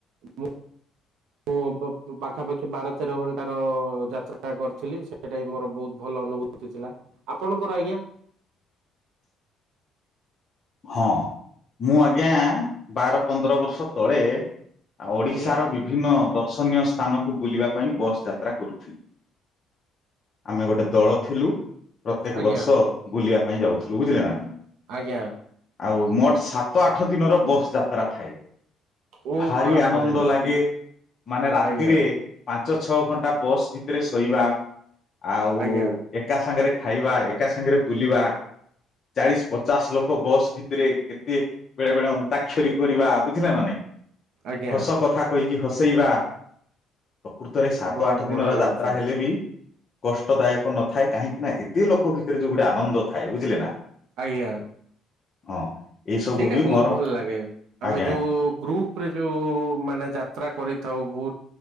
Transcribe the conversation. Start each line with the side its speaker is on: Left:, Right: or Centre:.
Right: ମୁଁ ମୁଁ ପ ପାଖା ପାଖି ବାର ତେର ଘଣ୍ଟାର ଯାତ୍ରା କରିଥିଲି ସେଇଟା ବି ମୋର ବହୁତ ଭଲ ଅନୁଭୂତି ଥିଲା। ଆପଣଙ୍କର ଆଜ୍ଞା।
Left: ହଁ ମୁଁ ଆଜ୍ଞା ବାର ପନ୍ଦର ବର୍ଷ ତଳେ ଆଉ ଓଡିଶାର
Right: ଆଜ୍ଞା
Left: ବିଭିନ୍ନ ଦର୍ଶନୀୟ ସ୍ଥାନକୁ ବୁଲିବା ପାଇଁ ବସ ଯାତ୍ରା କରୁଥିଲି। ଆମେ ଗୋଟେ ଦଳ ଥିଲୁ। ପ୍ରତ୍ୟେକ
Right: ଆଜ୍ଞା
Left: ବର୍ଷ ବୁଲିବା ପାଇଁ ଯାଉଥିଲୁ ବୁଝିଲେ ନା।
Right: ଆଜ୍ଞା।
Left: ଆଉ ମୋଟ ସାତ ଆଠ ଦିନର ବସ ଯାତ୍ରା ଥାଏ।
Right: ଓ
Left: ଭାରି
Right: ବାପରେ
Left: ଆନନ୍ଦ ଲାଗେ ମାନେ ରାତିରେ
Right: ଆଜ୍ଞା
Left: ପାଞ୍ଚ ଛଅ ଘଣ୍ଟା ବସ ଭି ରେ ଶୋଇବା ଆଉ
Right: ଆଜ୍ଞା
Left: ଏକା ସାଙ୍ଗରେ ଖାଇବା ଏକା ସାଙ୍ଗରେ ବୁଲିବା ଚାଳିଶି ପଚାଶ ଲୋକ କ ବସ ଭିତରେ କେତେ ବେଳେ ବେଳେ ଅନ୍ତାକ୍ଷରୀ କରିବା ବୁଝିଲେ ନା ନାଇଁ।
Right: ଆଜ୍ଞା
Left: ହସ କଥା କହିକି ହସେଇବା। ପ୍ରକୃତରେ ସାତ
Right: ବହୁତ
Left: ଆଠ ଦିନର
Right: ବଢିଆ ଲାଗୁଥିବ
Left: ଯାତ୍ରା ହେଲେ ବି କଷ୍ଟ ଦାୟକ ନଥାଏ କାହିଁକି ନା ଏତେ ଲୋକ ଭିତରେ ଯୋଉ ଗୋଟେ ଆନନ୍ଦ ଥାଏ ବୁଝିଲେ ନା।
Right: ଆଜ୍ଞା।
Left: ହଁ ଏଇ ସବୁ
Right: ସେଇଟା
Left: ବି
Right: ବହୁତ
Left: ମୋର
Right: ଭଲ ଲାଗେ ଆମେ
Left: ଆଜ୍ଞା
Right: ଯୋଉ ଗ୍ରୁପ ପରେ ଯୋଉ ମାନେ ଯାତ୍ରା କରିଥାଉ ବହୁତ